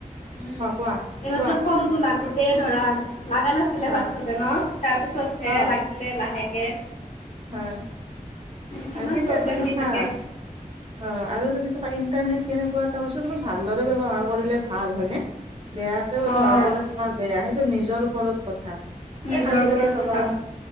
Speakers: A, on the left (about 60°); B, on the right (about 40°).
A: উম,
B: অ কোৱা
A: এইমাত্ৰ
B: কোৱা
A: ফোন টো লাগোতে ধৰা, লাগা নাছিলে
B: হয়
A: ফষ্টোতে ন? তাৰ পিছতেহে
B: হয়
A: লাগি লে লাহেকে।
B: হয়।
A: কিমান
B: আৰু কিন্তু
A: প্ৰব্লেম
B: এটা কথা,
A: দি থাকে।
B: হয়। আৰু যদি চাবা তাৰপিছত ইণ্টাৰনেট কেনেকুৱা এটা বস্তু, তুমি ভালদৰে ব্যৱহাৰ কৰিলে ভাল হয় নে। বেয়া ব্যৱহাৰ
A: অ',
B: কৰিলে তোমাৰ বেয়া, সেইটো নিজৰ ওপৰত কথা।
A: নিজৰ
B: এ আজিকালি
A: ওপৰত
B: চাবা
A: কথা ন।